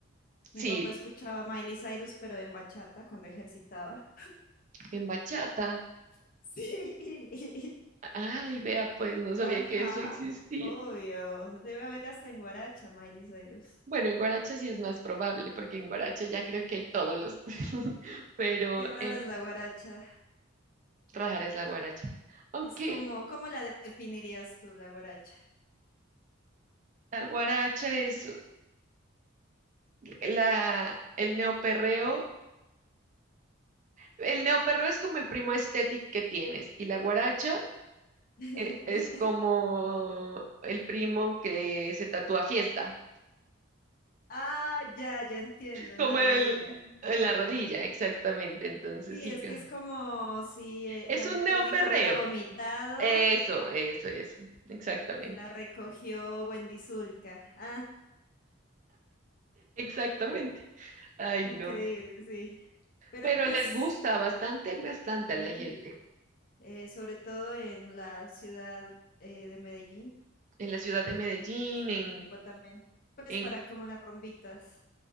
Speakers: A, on the right; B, on the left.
A: Sí,
B: Mi papá escuchaba Miley Cyrus, pero en bachata cuando ejercitaba.
A: en bachata.
B: <laughs> Sí.
A: Ay, vea, pues no sabía
B: Ajá,
A: que eso existía.
B: obvio. Debe haber hasta en guaracha, Miley Cyrus.
A: Bueno, en Guaracha sí es más probable, porque en Guaracha ya creo que hay todos los, <laughs> pero
B: Qué rara
A: eh,
B: es la guaracha.
A: rara es la Guaracha. Aunque
B: Es como, ¿cómo la de- definirías tú, la guaracha?
A: la Guaracha es la, el neoperreo, el neoperreo es como el primo estético que tienes, y la Guaracha
B: <laughs>
A: eh, es como el primo que se tatúa fiesta,
B: Ah, ya, ya entiendo, en
A: como
B: la
A: el
B: rodilla.
A: en la rodilla, exactamente. Entonces
B: Sí,
A: sí,
B: es
A: ca-
B: que es como si eh,
A: es
B: la electrónica
A: un neoperreo.
B: hubiera vomitado
A: Eso, eso, eso, exactamente.
B: Y la recogió Wendy Zulka. Ah,
A: Exactamente. Ay,
B: increíble,
A: no.
B: sí. Pero
A: Pero
B: pues,
A: les gusta bastante, bastante
B: Sí.
A: a la gente.
B: eh, sobre todo en la ciudad eh, de Medellín,
A: En la ciudad de Medellín,
B: ese
A: en,
B: tipo también, pues
A: en,
B: para como las rumbitas.